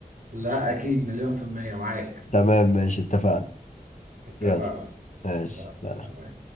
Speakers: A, on the right; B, on the left.
A: لا اكيد مليون في المية معاك
B: تمام ماشي اتفقنا
A: اتفقنا
B: يلا ماشي
A: يلا
B: سلام.
A: سلام